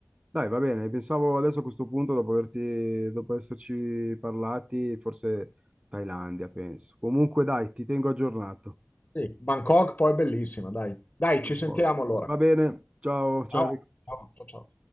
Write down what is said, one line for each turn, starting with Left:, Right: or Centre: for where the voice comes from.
Right: Dai, va bene, pensavo adesso a questo punto, dopo averti, dopo esserci parlati, forse Thailandia, penso. Comunque dai, ti tengo aggiornato.
Left: Sì, Bangkok poi è bellissima, dai. Dai,
Right: A
Left: ci sentiamo
Right: posto.
Left: allora.
Right: Va bene, ciao, ciao.
Left: Ciao,
Right: Enrico.
Left: ciao, ciao. ciao.